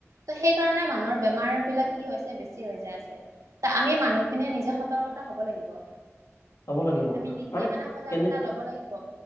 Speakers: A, on the right; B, on the left.
A: ত সেই কাৰণে মানুহৰ বেমাৰ বিলাক কি হৈছে বেছি হৈ যাই আছে। ত আমি মানুহ এনেই নিজে সতৰ্কতা হ'ব লাগিব।
B: হ'ব লাগিব
A: আমি নিজে মানে সজাগতা
B: কেনে
A: লব লাগিব।